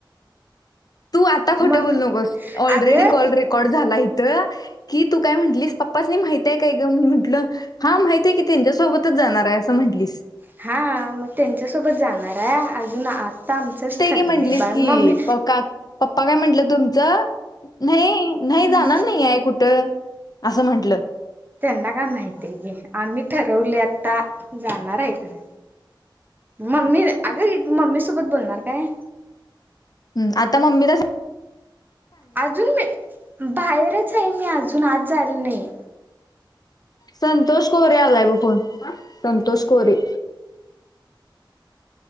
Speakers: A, on the left; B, on the right.
A: तू आता
B: मग
A: खोटं बोलू नकोस, ऑलरेडी
B: अगं
A: कॉल रेकॉर्ड झाला इथं. कि तू काय म्हटलीस पप्पांसनी माहिती, हाय काय गं मी म्हटलं. हा माहितेय की, तेच्यासोबतच जाणार आहे असं म्हंटलीस.
B: हा मग त्यांच्यासोबत जाणार आहे. अजून आता आमचंच
A: ते
B: ठरले
A: की म्हटलीस
B: बाळ
A: की
B: मम्मी.
A: प- का पप्पा काय म्हंटलं तुमचं, नाही नाही
B: हम्
A: जाणार नाही आहे कुठं. असं म्हटलं.
B: त्यांना काय माहितीये घे, आम्ही ठरवले आता जाणार आहे खरं. मम्मी अगं, मम्मी सोबत बोलणार काय?
A: हं आता मम्मीला सां
B: अजून मी बाहेरच आहे मी, अजून आत जायला नाही.
A: संतोष कोरे आलाय, बग फोन आ.. संतोष कोरे.